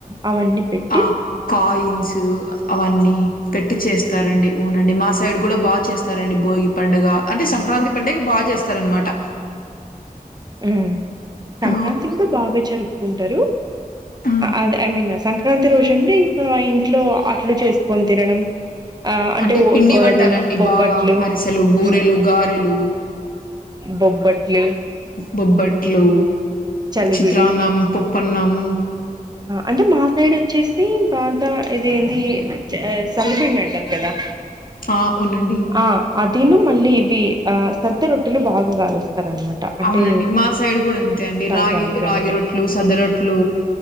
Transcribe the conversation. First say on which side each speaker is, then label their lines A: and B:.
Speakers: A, on the right; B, on the left.
A: అవన్నీ పెట్
B: ఆ కాయిన్సు అవన్నీ పెట్టి చేస్తారంండి ఊనండి మా సైడ్ కూడా బా చేస్తారండి భోగి పండగ అంటే సంక్రాంతి పండుగ బా చేస్ స్తార్ అనమాట
A: ఉ సంక్రాంతి
B: ఆ
A: కూడా బాగా జరుపుకుంటారు
B: ఆ
A: అదే ఐ మీన్ సంక్రా తి రోజు అండి ఇంకా ఇంట్లో అట్లు చేసుకొని తినడం ఆ
B: అంటే
A: ఓ
B: పిండి వంటలండి
A: అది బొబ్బట్లు
B: బాగా అరిసెలు బూరెలు
A: ఉమ్,
B: గారెలు
A: బొబ్బట్లు
B: బొబ్బట్లు
A: చలిబిడి
B: చిత్రాన్నం పుప్పన్నం
A: అంటే మా సైడ్ వచ్చేసి బాగా ఇది ఏంది సలిబిండి అంటారు కదా
B: ఆ ఉనండి
A: ఆ అదిను మళ్ళీ ఇవి ఆ సద్ద రొట్టెలు బాగా గాలుస్తారు అనమాట అంటే
B: అవునండి మా సైడ్ కూడా అంతే అండి
A: సంక్రాంతి
B: రాగి రాగి
A: అంటే
B: రొట్లు సద్ద రొట్లు